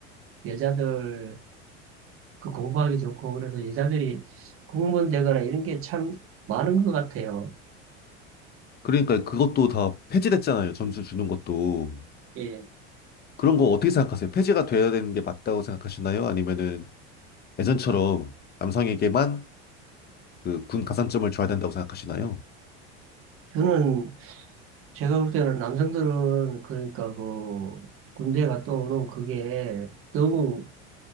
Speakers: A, on the right; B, on the left.
A: 여자들, 그 공부하기 좋고, 그래서 여자들이 공무원 되거나 이런 게 참 많은 것 같아요.
B: 그러니까 그것도 다 폐지됐잖아요. 점수 주는 것도.
A: 예,
B: 그런 거 어떻게 생각하세요? 폐지가 돼야 되는 게 맞다고 생각하시나요? 아니면은 예전처럼 남성에게만 그 군 가산점을 줘야 된다고 생각하시나요?
A: 저는 제가 볼 때는 남성들은 그러니까 그 군대 갔다 오는 그게 너무